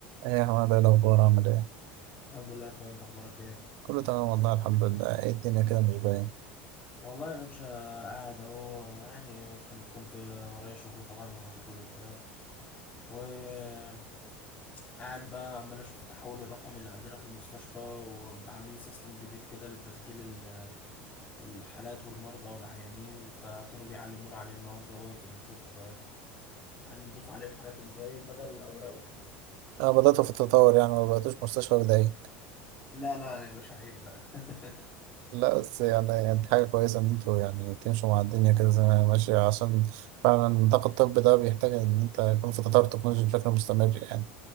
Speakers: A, on the right; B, on the left.
A: ايه يا حماد ايه الاخبار عامل ايه
B: الحمد لله يا اخويا انت اخبارك ايه
A: كله تمام والله الحمد لله ايه الدنيا كده مش باين
B: والله يا باشا قاعد اهو يعني كان كنت ورايا شغل طبعا ومشغول وكده وقاعد بقى عمال اشوف التحول الرقمي اللي عندنا في المستشفى وعاملين سيستم جديد كده لتسجيل ال- الحالات والمرضى والعيانين فكانوا بيعلمونا عليه النهارده اهوت ونشوف هنضيف عليه الحالات ازاي بدل الاوراق وكده
A: انا بدأت في التطور يعني ما بقيتوش مستشفى بدائي
B: لا لا يا باشا عيب بقى <laughs>
A: لا بس يعني يعني دي حاجة كويسة ان انتوا يعني تمشوا مع الدنيا كده زي ما هي ماشية عشان فعلا النطاق الطبي ده بيحتاج ان انت يكون في تطور تكنولوجي بشكل مستمر يعني